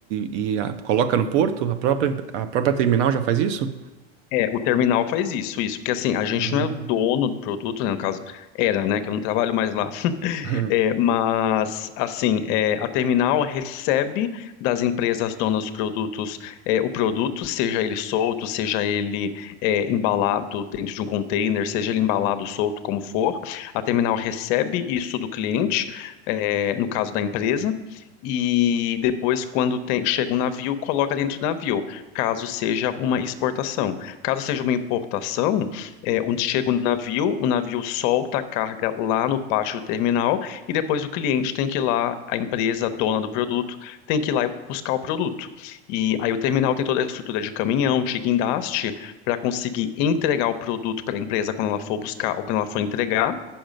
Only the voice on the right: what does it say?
e, e a- coloca no porto? A própria, a própria terminal já faz isso?
Hum.
<laughs>